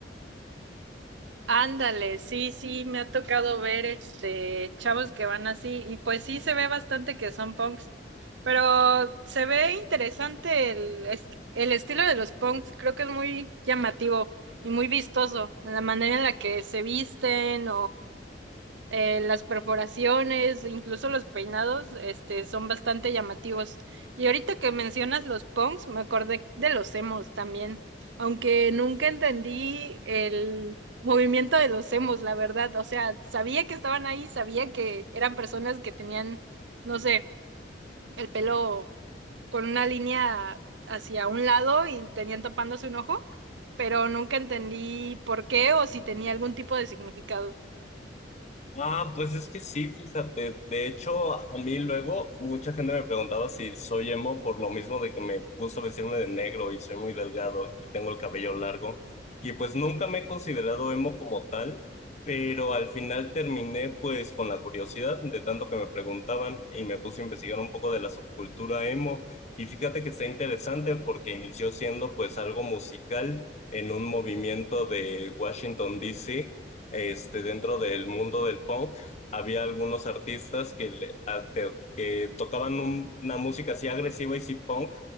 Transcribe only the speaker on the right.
Ándale, sí, sí, me ha tocado ver este chavos que van así y pues sí se ve bastante que son punks, pero se ve interesante el, es- el estilo de los punks, creo que es muy llamativo y muy vistoso, la manera en la que se visten eh, las perforaciones, incluso los peinados, este, son bastante llamativos. Y ahorita que mencionas los punks, me acordé de los emos también, aunque nunca entendí el movimiento de los emos, la verdad. O sea, sabía que estaban ahí, sabía que eran personas que tenían, no sé, el pelo con una línea hacia un lado y tenían tapándose un ojo, pero nunca entendí por qué o si tenía algún tipo de significado.